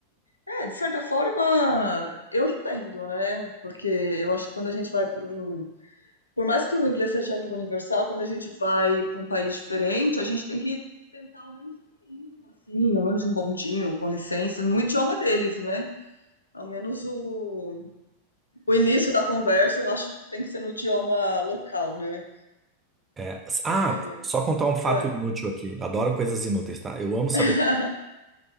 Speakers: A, on the left; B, on the right.
A: É, de certa forma, eu entendo, né? Porque eu acho que quando a gente vai para um. Por mais que o inglês seja a língua universal, quando a gente vai para um país diferente, a gente tem que tentar ao menos um mínimo, assim, ao menos um bondinho, com licença, no idioma deles, né? Ao menos o, o início da conversa, eu acho que tem que ser no idioma local, né?
B: É, ah,
A: Que é,
B: só contar um fato
A: é.
B: inútil aqui. Adoro coisas inúteis, tá? Eu amo saber.
A: <laughs>